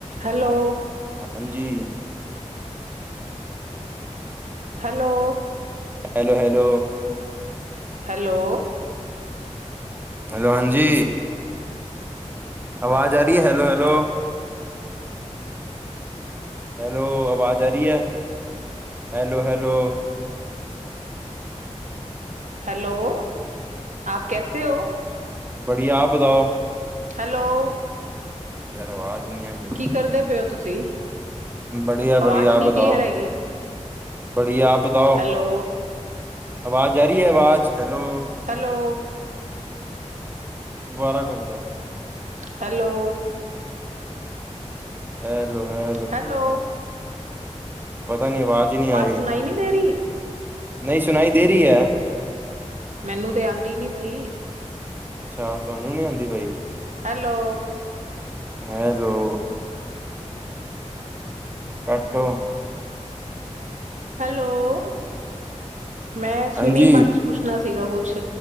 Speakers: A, on the right (about 85°); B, on the right (about 15°).
A: Hello
B: ਹਾਂਜੀ।
A: Hello
B: hello hello.
A: Hello.
B: Hello ਹਾਂਜੀ ਆਵਾਜ਼ ਆ ਰਹੀ ਹੈ ਹੈਲੋ ਹੈਲੋ। ਹੈਲੋ ਆਵਾਜ਼ ਆ ਰਹੀ ਹੈ ਹੈਲੋ ਹੈਲੋ।
A: ਹੈਲੋ ਆਪ ਕੈਸੇ ਹੋ।
B: ਬੜੀਆ ਆਪ ਬਤਾਓ।
A: ਹੈਲੋ।
B: ਤਰੇ ਆਵਾਜ ਨਹੀਂ ਆ ਕੀ।
A: ਕੀ ਕਰਦੇ ਪਏ ਹੋ ਤੁਸੀਂ।
B: ਬੜੀਆ
A: ਆਵਾਜ਼
B: ਬੜੀਆ
A: ਨਹੀਂ
B: ਆਪ ਬਤਾਓ।
A: ਕਲੀਅਰ ਹੈਗੀ
B: ਬੜੀਆ ਆਪ ਬਤਾਓ
A: ਹੈਲੋ
B: ਆਵਾਜ਼ ਆ ਰਹੀ ਹੈ ਆਵਾਜ਼। ਹੈਲੋ
A: ਹੈਲੋ
B: ਦੁਬਾਰਾ ਕਰਤੇ ਹੈ।
A: ਹੈਲੋ।
B: ਹੈਲੋੋ ਹੈ।
A: ਹੈਲੋ।
B: ਪਤਾ ਨਹੀਂ ਆਵਾਜ਼ ਹੀ ਨਹੀਂ ਆ ਰਹੀ
A: ਸੁਣਾਈ ਨਹੀਂ ਦੇ ਰਹੀ
B: ਨਹੀਂ ਸੁਣਾਈ ਦੇ ਰਹੀ ਹੈ।
A: ਮੈਨੂੰ ਤੇ ਆਉਂਦੀ ਨੀ ਪਈ।
B: ਅੱਛਾ ਤੁਹਾਨੂੰ ਨੀ ਆਉਂਦੀ ਪਈ।
A: ਹੈਲੋ।
B: ਹੈਲੋ। ਕੱਟੋ।
A: ਹੈਲੋ ਮੈਂ ਸਵੀਮਿੰਗ
B: ਹਾਂਜੀ
A: ਬਾਰੇ ਚ ਪੁੱਛਣਾ ਸੀਗਾ ਕੁਛ।